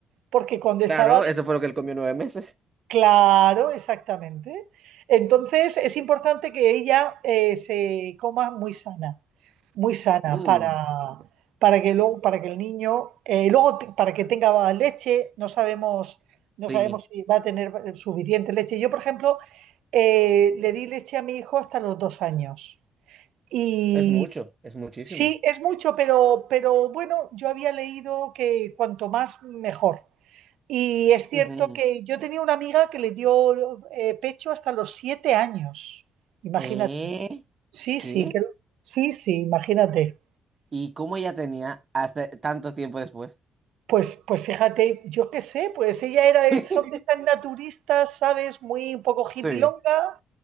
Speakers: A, on the right (about 80°); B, on the right (about 35°).
A: porque cuando
B: Claro,
A: estaba de...
B: eso fue lo que él comió nueve meses.
A: Claro, exactamente. Entonces es importante que ella eh, se coma muy sana muy sana
B: Mm,
A: para, para que luego, para que el niño, eh, luego te- para que tenga leche, no sabemos, no
B: Sí.
A: sabemos si va a tener suficiente leche. Yo, por ejemplo, eh, le di leche a mi hijo hasta los dos años. Y
B: Es mucho, es muchísimo.
A: sí, es mucho, pero, pero bueno, yo había leído que cuanto más, mejor. Y es cierto
B: Ujú.
A: que yo tenía una amiga que le dio eh, pecho hasta los siete años. Imagínate.
B: ¿Eh?
A: Sí,
B: ¿Qué?
A: sí, que, sí, sí, imagínate.
B: ¿Y cómo ella tenía hasta tanto tiempo después?
A: Pues, pues fíjate, yo qué sé, pues ella era
B: <laughs>
A: de, son de estas naturistas, ¿sabes? Muy un poco hippilonga.
B: Sí,